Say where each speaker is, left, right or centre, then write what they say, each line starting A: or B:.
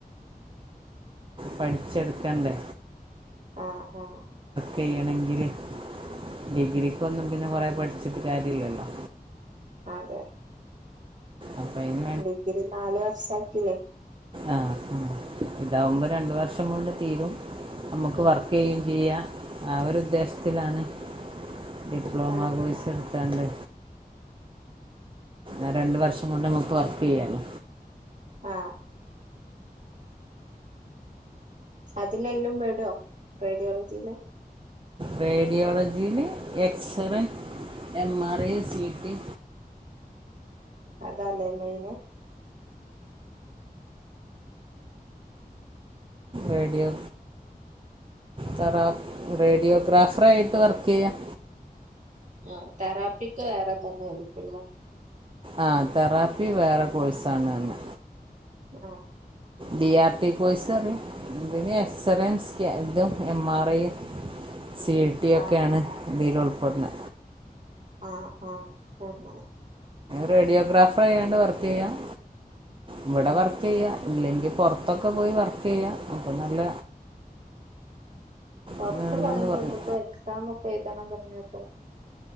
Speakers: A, on the right (about 35°); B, on the right (about 50°).
A: പഠിച്ചെടുക്കാണ്ടേ
B: ആ ആ
A: ചെയ്യണങ്കില് ഡിഗ്രിക്ക് ഒന്നും പിന്നെ കൊറെ പഠിച്ചിട്ട് കാര്യാലല്ലോ
B: അതെ
A: അപ്പൊ അയിന്
B: ഡിഗ്രി നാല് വർഷ ആക്കില്ലേ
A: ആ ഇതാവുമ്പോ രണ്ടു വർഷം കൊണ്ട് തീരും നമുക്ക്
B: ഉം
A: വർക്ക് ചെയ്യയും ചെയ്യാം ആ ഒരു ഉദ്ദേശത്തിലാണ് ഡിപ്ലോമ
B: ആ
A: കോഴ്സ്
B: ആ
A: എടുത്തണ്ട് ആ രണ്ട് വർഷം കൊണ്ട് നമുക്ക് വർക്ക് ചെയ്യാലോ
B: ആ അതിലെല്ലാം വിടോ റേഡിയോളജിയില്
A: റേഡിയോളജിയില് x-ray M R I C T
B: അനു ഇതല്ലേ മെയിന്ന്
A: റേഡിയോ തറ റേഡിയോഗ്രാഫർ ആയിട്ട് വർക്ക് ചെയ്യാം
B: ആ തെറാപ്പിക്ക് വേറെ തന്നെ ഒരുക്കുലോ
A: ആ തെറാപ്പി വേറെ കോഴ്സാണ്ന്ന്
B: ആ
A: ഡി ആർ ടി കൊയ്സ് അറിയ ഇതിന്ന് എക്സ്റൻ സ് ഇതും എം ആർ ഐയും സി ടി ഒക്കെയാണ്
B: ആഹ്
A: ഇതിലു പൊന്ന്
B: ആ ആഹ് എന്നല്ലെ
A: റേഡിയോഗ്രാഫർയാണ്ട് വർക്ക് ചെയ്യാം ഇവിടെ
B: ആഹ്
A: വർക്ക് ചെയ്യ ഇല്ലെങ്കിൽ പുറത്ത് പുറാത്തൊക്കെ പോയി വർക്ക് ചെയ്യാം അപ്പം നല്ല
B: പുറത്ത്
A: ഇതാണെന്ന്
B: പോകണമെങ്കിൽ
A: പറഞ്ഞു
B: എന്തൊക്കെ എക്സം ഒക്കെ എഴുതണം പറഞ്ഞു കേട്ടു